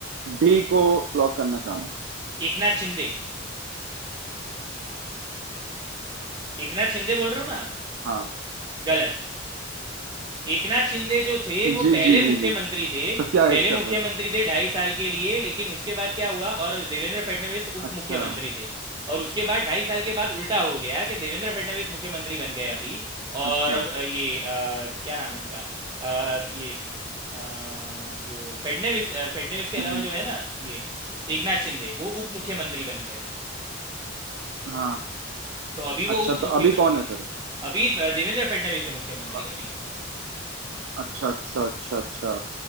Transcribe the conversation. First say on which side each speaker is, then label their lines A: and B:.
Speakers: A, on the right (about 70°); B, on the right (about 20°).
A: डी को लॉक करना चाहूंगा
B: एकनाथ शिंदे एकनाथ शिंदे बोल रहे हो ना आप
A: हाँ
B: गलत एकनाथ शिंदे जो थे वो
A: जी
B: पहले
A: जी जी
B: मुख्यमंत्री
A: जी
B: थे
A: तो क्या है
B: पहले
A: इसका
B: मुख्यमंत्री
A: फिर
B: थे ढाई साल के लिए लेकिन उसके बाद क्या हुआ और देवेंद्र फडणवीस उप
A: अच्छा
B: मुख्यमंत्री थे और उसके बाद ढाई साल के बाद उल्टा हो गया कि देवेंद्र फडणवीस मुख्यमंत्री बन गए अभी और
A: अच्छा
B: अ, ये अ, क्या नाम इनका अ, ये अ, जो फडणवीस अ, फडणवीस के अलावा
A: हम्म,
B: जो है ना ये एकनाथ शिंदे वो उप मुख्यमंत्री बन गए
A: हाँ
B: तो अभी वो
A: अच्छा
B: उप मुख्यमंत्री
A: तो अभी कौन है
B: है
A: फिर
B: अभी अ, देवेंद्र फडणवीस है मुख्यमंत्री
A: अ-
B: अभी
A: अच्छा अच्छा अच्छा अच्छा